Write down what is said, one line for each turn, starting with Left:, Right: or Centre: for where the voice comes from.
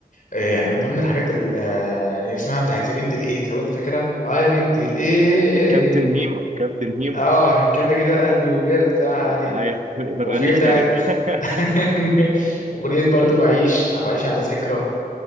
Left: آه، يعني من ضمن الحاجات اللي آه، اسمها بتاعت يا بنت الايه لو انت فاكرها اه يا بنت الايه
Right: كابتن هيما كابتن هيما
Left: اه كده كده قلبي وديار بتاعها علي
Right: أيوة. <laughs> ما
Left: وفي
Right: تغنيش
Left: بتاعت
Right: تاني بقى <laughs>
Left: <laughs> اغنيه برضه بعيش بعيش على ذكرى